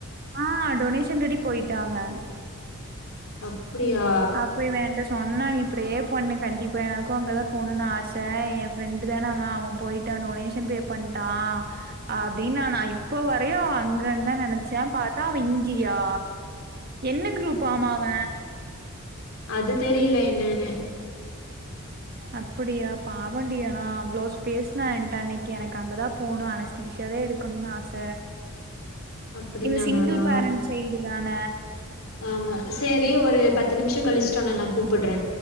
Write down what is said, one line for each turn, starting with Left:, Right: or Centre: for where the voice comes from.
Right: ஆ டொனேஷன் கட்டி போயிட்டா அவ
Left: அப்டியா
Right: இப்ப இவ என்ட சொன்னா நீ ப்ரெ பண்ணு கண்டிப்பா எனக்கு அங்கதா போணுனு ஆச எ ஃப்ரெண்டு தான அவ அவ போயிட்டா டொனேஷன் பே பண்ட்டா அப்டின்னா நா இப்ப வரையு அவ அங்கன்தா நினைச்சேன் பாத்தா அவ இங்கயா என்ன குரூப் ஆமா அவ
Left: அது தெரியல என்னன்னு
Right: அப்படியா பாவண்டி ஆனா அவ்ளோஸ் பேசுனா என்ட அன்னைக்கு எனக்கு அங்கதா போணு அனஸ் தீசியாவே எடுக்கணுனு ஆச
Left: அப்டின்னு
Right: இவ
Left: சொன்னானா
Right: சிங்கிள் பேரண்ட் சைல்டு தான
Left: ஆமா செரி ஒரு பத்து நிமிஷோ கழிச்சிட்டு உன்ன நா கூப்புடுற